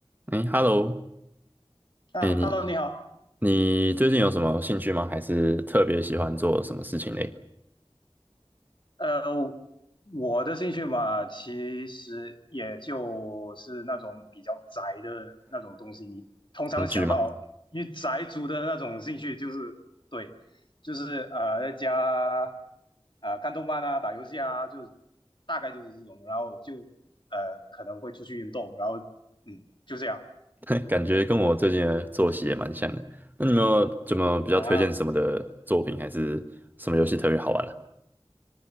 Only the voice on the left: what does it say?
啊，Hello，
你好。
呃，我的兴趣嘛，其实也就是那种比较宅的那种东西。你通常想到与宅族的那种兴趣，
就是对，就是呃，在家呃看动漫啊，打游戏啊，就是大概就是这种。然后就呃可能会出去运动，然后嗯，就这样
啊。